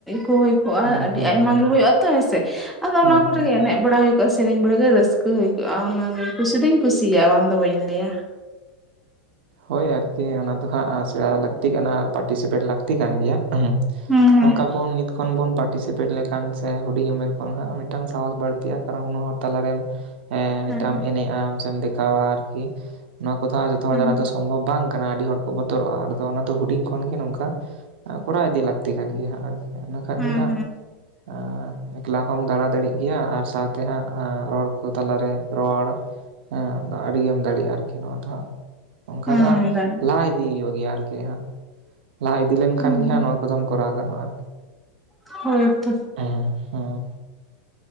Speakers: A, in the centre; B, on the right (about 70°).
A: ᱠᱚ ᱦᱩᱭ ᱠᱚᱜᱼ ᱠᱚᱜ-ᱟ
B: ᱦᱩᱸ
A: ᱟᱹᱰᱤ
B: ᱦᱩᱸ
A: ᱟᱭᱢᱟ
B: ᱦᱩᱸ
A: ᱜᱮ ᱦᱳᱭᱳᱜᱼᱟ ᱛᱚ ᱦᱮᱸᱥᱮ? ᱟᱫᱚ
B: ᱦᱩᱸ
A: ᱚᱱᱟ ᱠᱚᱨᱮᱜ
B: ᱦᱩᱸ
A: ᱜᱮ ᱮᱱᱮᱡ ᱵᱟᱲᱟ ᱦᱳᱭ-ᱠᱚᱜᱼᱟ ᱥᱮᱹᱨᱮᱹᱧ ᱵᱟᱲᱟ ᱜᱮ ᱨᱟᱹᱥᱠᱟᱹ ᱦᱩᱭ ᱠᱚᱜᱼᱟ ᱚᱱᱟᱜᱮ ᱠᱩᱥᱤ ᱛᱤᱧ ᱠᱩᱥᱤᱭᱟᱜᱼᱟ ᱵᱟᱝᱫᱚ ᱵᱟᱹᱧ ᱞᱟᱹᱭ ᱟ ᱾
B: ᱦᱳᱭ ᱟᱨᱠᱤ ᱚᱱᱟ ᱫᱚ ᱦᱟᱸᱜ ᱥᱮᱬᱟ ᱞᱟᱹᱠᱛᱤᱜ ᱠᱟᱱᱟ ᱯᱟᱴᱤᱥᱤᱯᱮᱴ ᱞᱟᱹᱠᱛᱤ ᱠᱟᱱ ᱜᱮᱭᱟ ᱾ ᱮᱸᱷᱮᱸᱦ,
A: ᱦᱩᱸ
B: ᱚᱝᱠᱟ ᱵᱚᱱ ᱱᱤᱛ ᱠᱷᱚᱱ ᱵᱚᱱ ᱯᱟᱴᱤᱥ ᱥᱤᱯᱮᱴ ᱞᱮᱠᱷᱟᱱ ᱥᱮ ᱦᱩᱰᱤᱧ ᱩᱢᱮᱹᱨ ᱠᱷᱚᱱ ᱦᱟᱸᱜ ᱢᱤᱫᱴᱟᱝ ᱥᱟᱦᱚᱥ ᱵᱟᱹᱲᱛᱤᱜᱼᱟ ᱠᱟᱨᱚᱱ ᱩᱱᱟᱹᱜ ᱦᱚᱲ ᱛᱟᱞᱟᱨᱮᱢ ᱦᱮᱸ ᱢᱤᱫᱴᱟᱢ
A: ᱦᱩᱸ
B: ᱮᱱᱮᱡ ᱟᱢ ᱥᱮᱢ ᱫᱮᱠᱷᱟᱣᱟ ᱟᱨᱠᱤ ᱱᱚᱶᱟ ᱠᱚᱫᱚ ᱦᱟᱸᱜ ᱡᱚᱛᱚ ᱦᱚᱲ
A: ᱦᱮᱸ
B: ᱫᱟᱨᱟᱭ ᱛᱮ ᱥ ᱚᱢᱵᱷᱚᱵᱷ ᱵᱟᱝ ᱠᱟᱱᱟ ᱟᱰᱤ ᱦᱚᱲ ᱠᱚ ᱵᱚᱛᱚᱨᱚᱜᱼᱟ ᱟᱫᱚ ᱚᱱᱟ ᱫᱚ ᱦᱩᱰᱤᱧ ᱠᱷᱚᱱ ᱜᱮ ᱱᱚᱝᱠᱟ ᱠᱚᱨᱟᱣ ᱤᱫᱤ ᱞᱟᱠᱛᱤ ᱠᱟᱱ ᱜᱮᱭᱟ ᱦᱟᱸᱜ ᱟᱨᱠᱤ ᱤᱱᱟᱹᱠᱷᱟᱱ
A: ᱦᱮᱸ
B: ᱜᱮ ᱦᱟᱸᱜ ᱟ ᱮᱠᱞᱟ ᱦᱚᱢ ᱫᱟᱬᱟ ᱫᱟᱲᱮᱜ ᱜᱮᱭᱟ ᱟᱨ ᱥᱟᱶᱛᱮ ᱦᱟᱸᱜ ᱨᱚᱲ ᱠᱚ ᱛᱟᱞᱟᱨᱮ ᱨᱚᱲ ᱦᱮᱸ ᱟᱫᱚ ᱟᱰᱤ ᱜᱮᱢ ᱫᱟᱲᱮᱭᱟᱜᱼᱟ ᱟᱨᱠᱤ ᱱᱚᱣᱟ ᱫᱚ ᱦᱟᱸᱜ ᱚᱝᱠᱟ
A: ᱦᱮᱸ
B: ᱫᱚ ᱦᱟᱸᱜ
A: ᱦᱮᱸ
B: ᱞᱟᱦᱟ ᱤᱫᱤ ᱦᱳᱭᱳᱜ ᱜᱮᱭᱟ ᱟᱨᱠᱤ ᱛᱮ ᱦᱟᱸᱜ ᱞᱟᱦᱟ ᱤᱫᱤ ᱞᱮᱱᱠᱷᱟᱱ
A: ᱦᱮᱸ
B: ᱜᱮ ᱦᱟᱸᱜ ᱱᱚᱣᱟ ᱠᱚᱫᱚᱢ ᱠᱚᱨᱟᱣ ᱜᱟᱱᱚᱜᱼᱟ ᱟᱨᱠᱤ
A: ᱴᱷᱤᱝ-ᱚᱜ, ᱦᱳᱭ ᱛᱚ ᱾
B: ᱦᱮᱸ ᱦᱮᱸ